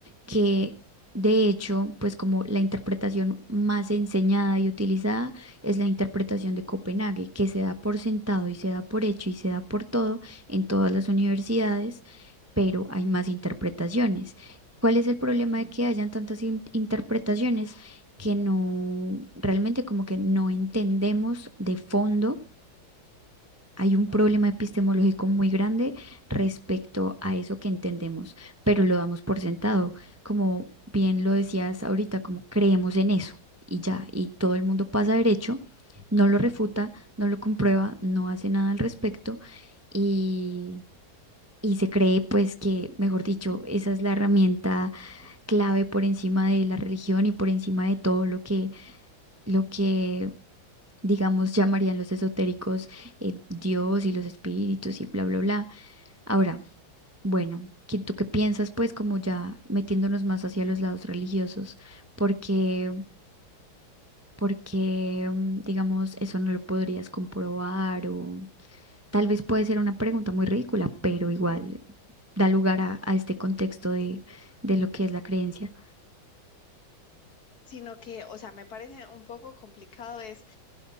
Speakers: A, on the right (about 25°); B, on the left (about 50°).
A: que de hecho, pues como la interpretación más enseñada y utilizada es la interpretación de Copenhague, que se da por sentado y se da por hecho y se da por todo en todas las universidades, pero hay más interpretaciones. ¿Cuál es el problema de que hayan tantas in- interpretaciones que no, realmente como que no entendemos de fondo? Hay un problema epistemológico muy grande respecto a eso que entendemos, pero lo damos por sentado. Como bien lo decías ahorita, como creemos en eso y ya, y todo el mundo pasa derecho, no lo refuta, no lo comprueba, no hace nada al respecto y, y se cree pues que, mejor dicho, esa es la herramienta clave por encima de la religión y por encima de todo lo que, lo que digamos, llamarían los esotéricos eh, Dios y los espíritus y bla, bla, bla. Ahora, bueno, ¿qué- ¿tú qué piensas, pues, como ya metiéndonos más hacia los lados religiosos? Porque, porque, mm, digamos, eso no lo podrías comprobar o tal vez puede ser una pregunta muy ridícula, pero igual da lugar a, a este contexto de, de lo que es la creencia.
B: Sino que, o sea, me parece un poco complicado es